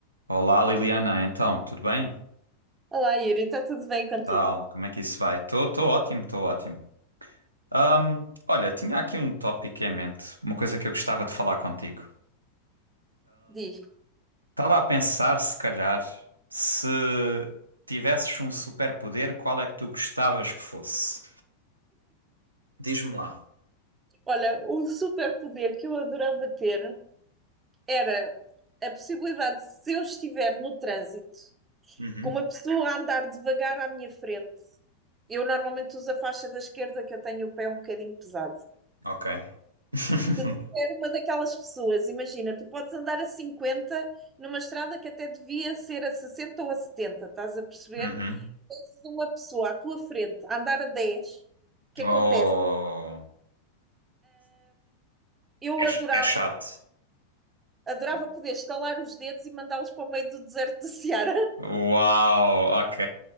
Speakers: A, on the right; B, on the right.
A: Olá Liliana, então, tudo bem?
B: Olá, Yuri, está tudo bem contigo?
A: Tal, como é que isso vai? Estou ótimo, estou ótimo. Ahm, olha, tinha aqui um tópico em mente, uma coisa que eu gostava de falar contigo.
B: Diz.
A: Estava a pensar, se calhar, se tivesses um superpoder, qual é que tu gostavas que fosse? Diz-me lá.
B: Olha, o superpoder que eu adorava ter era a possibilidade de, se eu estiver no trânsito,
A: Uhum,
B: com uma pessoa a andar devagar à minha frente. Eu normalmente uso a faixa da esquerda, que eu tenho o pé um bocadinho pesado.
A: ok. <laughs>
B: Se tu tiver uma daquelas pessoas, imagina, tu podes andar a 50 numa estrada que até devia ser a 60 ou a 70, estás a perceber?
A: Uhum.
B: Tens uma pessoa à tua frente a andar a 10, o que
A: Oh,
B: acontece? Eu
A: é,
B: adorava
A: ch- é chato.
B: Adorava poder estalar os dedos e mandá-los para o meio do deserto de Ceará. <laughs>
A: Uau, ok.